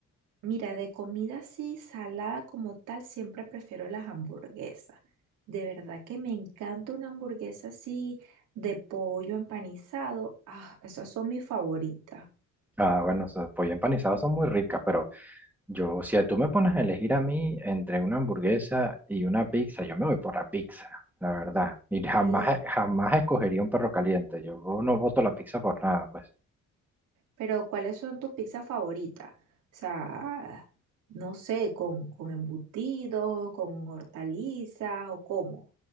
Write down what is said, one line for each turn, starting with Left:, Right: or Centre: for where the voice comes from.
Right: Mira, de comida así, salada como tal, siempre prefiero las hamburguesas. De verdad que me encanta una hamburguesa así de pollo empanizado. Ah, esas son mis favoritas.
Centre: Ah, bueno, o sea, pollo empanizado son muy ricas, pero Yo, si tú me pones a elegir a mí entre una hamburguesa y una pizza, yo me voy por la pizza, la verdad. Y jamás,
Right: Sí.
Centre: eh, jamás escogería un perro caliente. Yo no voto la pizza por nada, pues.
Right: Pero ¿cuáles son tus pizzas favoritas? O sea, no sé, con, con embutidos, con hortalizas o cómo.